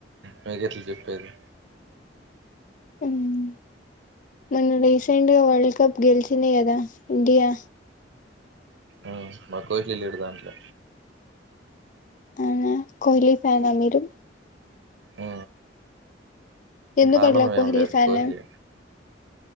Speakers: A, on the right; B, on the left.
A: మీకెట్ల చెప్పేది
B: మ్మ్ మొన్న రీసెంట్ గా వరల్డ్ కప్ గెలిచింది గ ద ఇండియా
A: ఆ నాక్కూడా తెలియడు దాంట్లొ
B: అవ్నా కోహ్లీ ఫ్యానా మీరు
A: ఊ అంతానందమేమ్
B: ఎందుకట్లా
A: లేదు
B: ఫ్యాన్
A: కోహ్లీ